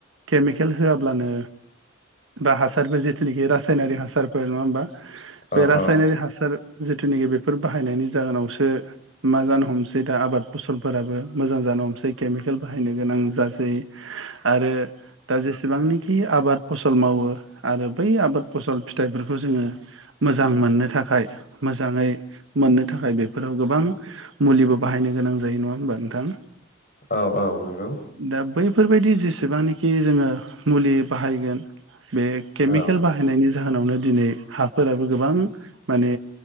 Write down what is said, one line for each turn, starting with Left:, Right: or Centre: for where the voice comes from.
Right: केमिकेल होआब्लानो बा हासारबो जिथुनिखि रासायनारिक हासारफोर नङा होमबा बे
Left: औ
Right: रासायनारि
Left: औ
Right: हासार जिथुनाखि बेफोर बाहायनायनि जाहोनावसो मा जानो हमसै दा आबाद फसल फोराबो मोजां जानो हमसै केमिकेल बाहायनो गोनां जासै आरो दा जेसेबांनि खि आबाद फसल मावो आरो बै आबाद फसल फिथाइफोरखौ जोङो मोजां मोननो थाखाय मोजाङै मोननो थाखाय बेफोराव गोबां मुलिबो बाहायनो गोनां जायो नङा होमबा नोंथां
Left: औ - औ नंगौ
Right: दा बैफोरबायदि जेसेबांनोखि जोङो मुलि बाहायगोन बे केमिकेल
Left: नंगौ
Right: बाहायनायनि जाहोनावनो दिनै हाफोराबो गोबां माने